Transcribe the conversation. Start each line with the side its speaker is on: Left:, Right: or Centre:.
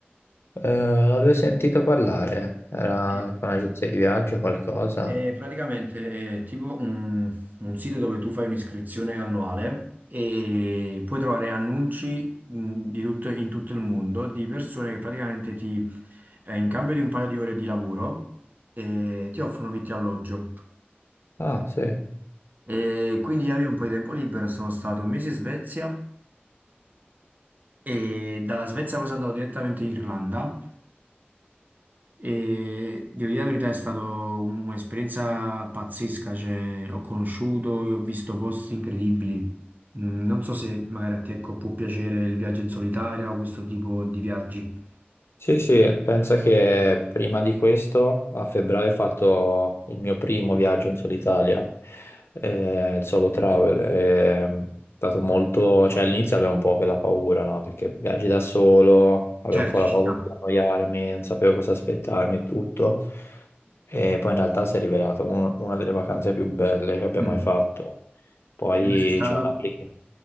Left: Eh, l'avevo sentito parlare, era
Right: Sì.
Left: con un'agenzia di viaggio o qualcosa?
Right: È praticamente è tipo un, un sito dove tu fai un'iscrizione annuale e puoi trovare annunci mh, di tutto- in tutto il mondo di persone che praticamente ti, eh, in cambio di un paio di ore di lavoro, eh, ti offrono vitto e alloggio.
Left: Ah, sì.
Right: E quindi io avevo un po' di tempo libero e sono stato un mese in Svezia e dalla Svezia poi sono andato direttamente in Irlanda E devo dire la verità, è stata un'esperienza pazzesca, cioè, ho conosciuto e ho visto posti incredibili. Mm, Non so se magari a te ecco, può piacere il viaggio in solitaria o questo tipo di viaggi.
Left: Sì, sì, pensa che prima di questo, a febbraio, ho fatto il mio primo viaggio in solo Italia, eh, il solo travel. ehm, È stato molto, cioè all'inizio avevo un po' quella paura, no? Perché viaggi da solo, avevo
Right: Certo,
Left: un po' la
Right: ci
Left: paura
Right: sta.
Left: di annoiarmi, non sapevo cosa aspettarmi e tutto. E poi in realtà si è rivelato un- una delle vacanze più belle che abbia
Right: Mm.
Left: mai fatto. Poi
Right: E dove sei stato?
Left: c'è un'applicazione.